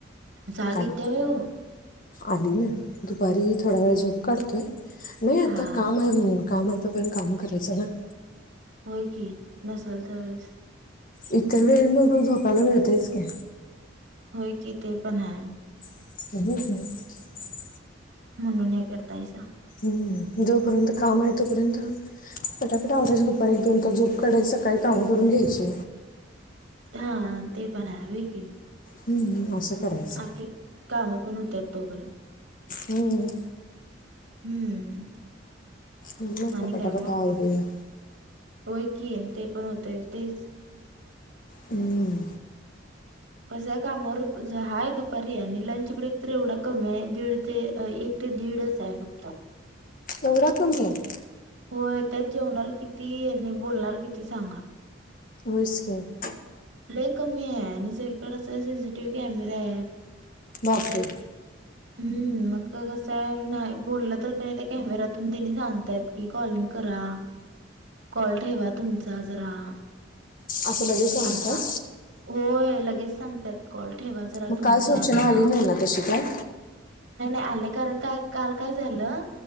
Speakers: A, on the right; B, on the left.
A: जाग
B: काल
A: येत्या व्हय ओ -
B: आली ना दुपारी थोडा वेळा झोप काढतोय- नाही आता
A: हा.
B: काम आहे म्हणून काम आहे- तो पण काम करायचं ना-
A: हो की नसल त्या वेळेस-
B: इतर वेळी म त झोपायला मिळतेच का-
A: होय की ते पणय-
B: तभूत-
A: म्हणून हे करतायस-
B: हम्म जोपर्यंत काम आहे तोपर्यंत पटापट आवरा्यास दुपार एक दोन तास झोप काढायची सकाळी काम करून घ्यायची.
A: हा ते पण आहे की-
B: हम्म हम् असं. करायचं
A: आपले काम- म्हणुन त्यात् तोपर्य-
B: हम्म.
A: हम्म.
B: म
A: आणि
B: फटाफटा
A: काय मग?
B: आवरा-
A: होय की ते पण होतेय तेच-
B: हम्म,
A: कश्या कामावर हाय दुपारी आणि लंच ब्रेक तर एवढा कमी आहे दीड ते एक ते दीडच आहे फक्त-
B: एवढा कमी आहे-
A: होय तेच जेवणार किती आणि बोलणार किती सांगा-
B: होसक-
A: लय कमी आहे आणि सगकडे अस सीसीटीव्ही कॅमेरे आहेत-
B: बापरे.
A: हम्म मग कस नाही बोललं तर क त्या कॅमेरतून त्यांनी सांगतायत कि कॉलिंग करा कॉल ठेवा तुमचा जरा
B: असं लगेच सांगात्यात
A: असं सांग होय लगेच सांगतात कॉल, ठेवा जरा
B: मग
A: तुमचा
B: काल सूचना
A: आता.
B: आली नाही ना तशी काय?
A: आल कारण काय काल काय झालं